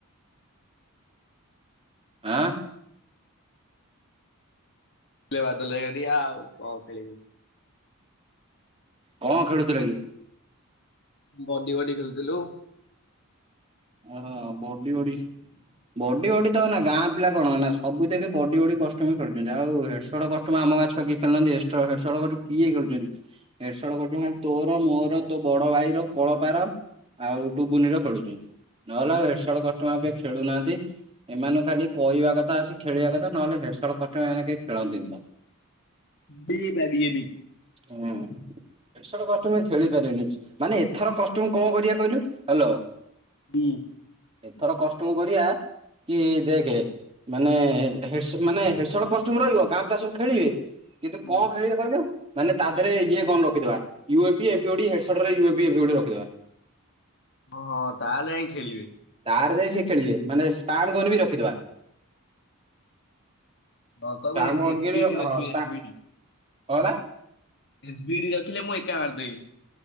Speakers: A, on the right (about 25°); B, on the left (about 55°).
A: ଆଁ।
B: ଆସିଲେ ବାଦଲ ଭାଇ ଘରିକା ଆଉ କଁ ଖେଳିବୁ?
A: କଅଁ ଖେଳୁଥିଲ କି?
B: ବଡି ବଡି ଖେଳୁଥୁଲୁ।
A: ହଁ ବଡି ବଡି ବଡି ବଡି ତ ନା ଗାଁ ପିଲା କଣ ନା ସବୁଥିରେ ବଡି ବଡି କଷ୍ଟ୍ୟୁମ ଖେୁଳୁଚନ୍ତି ଆଉ ହେଡସଡ କଷ୍ଟ ତୁମେ ଆମ ଗାଁ ଛୁଆ କିଏ ଖେଳୁନାନ୍ତି ଏଷ୍ଟଡ ହେଡ଼ସଟଟୁ କିଏ ଖେଳୁଚନ୍ତି? ହେଡଶଟକ ଟଙ୍କା ରେ ତୋର ମୋର ତୋ ବଡ ଭାଈର କଳପାର ଆଉ ଟୁବୁନିର ଖେଳୁଚନ୍ତି ନହେଲେ ହେଡ଼ସଟକ କଷ୍ଟମ ଆଉ କେହି ଖେଳୁନାଆନ୍ତି। ଏମାନଙ୍କୁ ଖାଲି କହିବା କଥା ଆସିକି ଖେଳିବା କଥା ନହେଲେ ହେଡସଟ୍ କଷ୍ଟମ ଏମାନେ କେହି ଖେଳନ୍ତିନି ତ
B: ଦିଟା ଡିଏଭି
A: ହୁଁ। ହେଡସର୍ଟ କଷ୍ଟ୍ୟୁମ ଏ ଖେଳିପାରିବେନେଆଇ ମାନେ ଏ ଥର କଷ୍ଟ୍ୟୁମ କଅଁ କରିଆ କହିଲୁ ହାଲୋ।
B: ହୁଁ।
A: ଏଥର କଷ୍ଟ୍ୟୁମ କରିଆ କି ଦେଖେ ମାନେ ହେ ହେଡ୍ ସ ମାନେ ହେଡସର୍ଟ କଷ୍ଟ୍ୟୁମ ରହିବ ଦେଖେ ଗାଁ ପିଲା ସବୁ ଖେଳିବେ କିନ୍ତୁ
B: ହୁଁ।
A: କଅଁ ଖେଳିବେ କଇଲୁ? ମାନେ ତାଧେରେ ଇଏ ଗନ୍ ରଖିଦେବା ୟୁଏମ୍ପି ଏମ୍ପିଓଡି ହେଡସର୍ଟ ରେ ୟୁଏମ୍ପି ଏଫିଓଡି ଗୋଟେ ରଖିଦବା।
B: ହଁ ହଁ ତାହେଲେ ଯାଇଁକି ଖେଳିବେ।
A: ତାଡେ ଯାଇଁକି ସେ ଖେଳିବେ ମାନେ ସ୍ଥାର୍ ଗନ୍ ବି ରଖିଦେବା।
B: ହଁ କଇବୁ
A: ସ୍ପାମ ଗନ୍
B: ଏସ୍
A: ବି
B: ବିିଡି
A: ହଁ
B: ରଖିବେ
A: ସ୍ପା
B: ଏସ୍ ବିିଡି।
A: ହଁ ବା
B: ଏସ୍ ବିଡି ରଖିଲେ ମୁଁ ଏକା ମାରଦେବି।